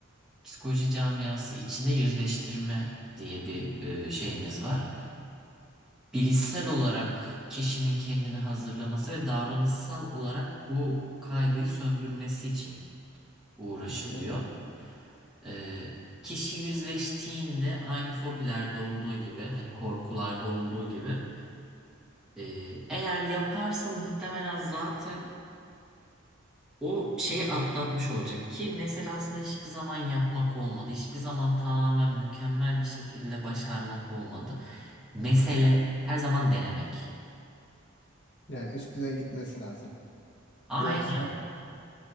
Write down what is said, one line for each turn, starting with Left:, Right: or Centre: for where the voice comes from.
Centre: psikoloji camiası içinde yüzleştirme diye bir e, şeyimiz var. Bilişsel olarak kişinin kendini hazırlaması ve davranışsal olarak bu kaygıyı söndürmesi için uğraşılıyor.
Left: Hı hı.
Centre: E, kişi yüzleştiğinde aynı fobilerde olduğu gibi hani korkularda olduğu gibi e, eğer yaparsa muhtemelen zaten O şeyi atlatmış olacak ki mesela aslında hiçbir zaman yapmak olmadı. Hiçbir zaman tamamen mükemmel bir şekilde başarmak olmadı. Mesele her zaman denemek.
Left: Yani üstüne gitmesi lazım.
Centre: Aynen
Left: Yoksa